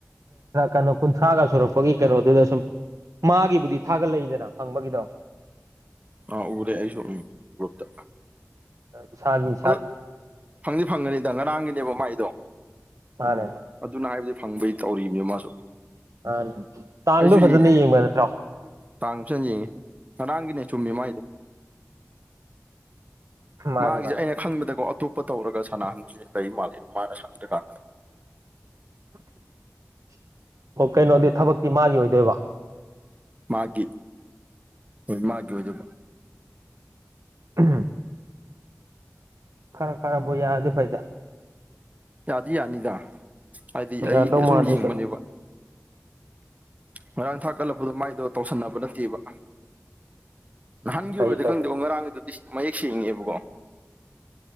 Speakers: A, on the right (about 75°); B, on the right (about 30°).
A: ꯀꯩꯅꯣ ꯀꯨꯟꯊ꯭ꯔꯥꯒ ꯁꯨꯔꯛꯄꯒꯤ ꯀꯩꯅꯣꯗꯨꯗ ꯁꯨꯝ ꯃꯥꯒꯤꯕꯨꯗꯤ ꯊꯥꯒꯠꯂꯛꯏꯗꯅ ꯈꯪꯕꯒꯤꯗꯣ
B: ꯑꯥ ꯎꯔꯦ ꯑꯩꯁꯨ ꯎꯝ ꯒ꯭ꯔꯨꯞꯇ
A: ꯏꯁꯒꯤ
B: ꯑ ꯐꯪꯅꯤ ꯐꯪꯒꯅꯤꯗ ꯉꯔꯥꯡꯒꯤꯅꯦꯕ ꯃꯥꯏꯗꯣ
A: ꯃꯥꯅꯦ
B: ꯑꯗꯨꯅ ꯍꯥꯏꯕꯗꯤ ꯐꯪꯕꯩ ꯇꯧꯔꯤꯕꯅꯤ ꯃꯥꯁꯨ
A: ꯑ ꯇꯥꯡꯗꯣ
B: ꯑꯩꯁꯨ
A: ꯐꯖꯅ
B: ꯌꯦꯡꯉꯦ
A: ꯌꯦꯡꯕ ꯅꯠꯇ꯭ꯔꯣ
B: ꯇꯥꯡ ꯐꯖꯅ ꯌꯦꯡꯉꯤ ꯉꯔꯥꯡꯒꯤꯅꯦ ꯆꯨꯝꯃꯤ ꯃꯥꯏꯗꯣ
A: ꯃꯥꯅꯦ
B: ꯃꯥꯒꯤꯁꯦ
A: ꯃꯥꯅꯦ
B: ꯑꯩꯅ ꯈꯪꯕꯗꯀꯣ ꯑꯇꯣꯞꯄ ꯇꯧꯔꯒ ꯁꯅꯥꯍꯟꯁ ꯂꯩ ꯃꯥꯜꯜꯂꯤꯦꯕ ꯃꯥꯅ ꯁꯥꯟꯗ꯭ꯔꯀꯥꯟꯗ
A: <inaudible> ꯑꯣ ꯀꯩꯅꯣꯗꯤ ꯊꯕꯛꯇꯤ ꯃꯥꯒꯤ ꯑꯣꯏꯗꯣꯏꯕ
B: ꯃꯥꯀꯤ ꯃꯥꯀꯤ ꯑꯣꯏ
A: ꯎ ꯈꯔ ꯈꯔꯕꯨ ꯌꯥꯗꯦ ꯐꯩꯗꯦ
B: ꯌꯥꯗꯤ ꯌꯥꯅꯤꯗ ꯍꯥꯏꯗꯤ ꯑꯩ
A: ꯌꯥꯗꯧ
B: ꯑꯁꯨꯝ
A: ꯃꯥꯜꯂꯤꯁꯨ
B: ꯌꯦꯡꯕꯅꯦꯕ ꯉꯔꯥꯡ ꯊꯥꯛ ꯀꯠꯂꯛꯄꯗꯣ ꯃꯥꯏꯗꯣ ꯇꯧꯁꯟꯅꯕ ꯅꯠꯇꯦꯕ ꯅꯍꯥꯟꯒꯤ
A: ꯐꯩ
B: ꯑꯣꯏꯔꯗꯤ
A: ꯐꯩ
B: ꯈꯪꯗꯦ ꯉꯔꯥꯡꯒꯤꯗꯗꯤ ꯃꯌꯦꯛ ꯁꯦꯡꯉꯦꯕꯀꯣ ꯑ